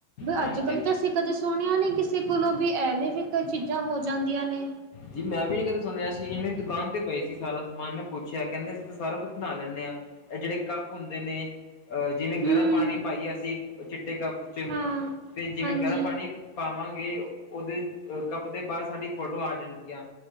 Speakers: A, on the left (about 50°); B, on the right (about 70°).
A: ਹਾਂਜੀ
B: ਅੱਜ ਕੱਲ ਤਾਂ ਅਸ ਕਦੇ ਸੁਣਿਆ ਨਹੀਂ ਕਿਸੇ ਕੋਲੋਂ ਵੀ, ਐਵੇਂ ਵੀ ਕੋਈ ਚੀਜ਼ਾਂ ਹੋ ਜਾਂਦੀਆਂ ਨੇ।
A: ਜੀ ਮੈਂ ਵੀ ਕਦੇ ਸੁਣਿਆ ਸੀ, ਇਹਨਾਂ ਦੀ ਦੁਕਾਨ ਤੇ ਪਏ ਸੀ ਸਾਰਾ ਸਮਾਨ ਮੈਂ ਪੁੱਛਿਆ, ਕਹਿੰਦੇ ਅਸੀਂ ਤਾਂ ਸਾਰਾ ਕੁਛ ਬਨਾ ਲੈਂਨੇ ਆਂ। ਇਹ ਜਿਹੜੇ ਕੱਪ ਹੁੰਦੇ ਨੇ। ਅਹ, ਜਿਵੇਂ ਗਰਮ
B: ਹੂੰ
A: ਪਾਣੀ ਪਾਈਏ ਅਸੀਂ ਚਿੱਟੇ ਕੱਪ 'ਚ',
B: ਹਾਂ
A: ਤੇ ਜਿਵੇਂ
B: ਹਾਂਜੀ
A: ਗਰਮ ਪਾਣੀ ਪਾਵਾਂਗੇ ਉਹਦੇ ਅ ਕੱਪਦੇ ਬਾਅਰ ਸਾਡੀ ਫੋਟੋ ਆ ਜਾਣਗੀਆਂ।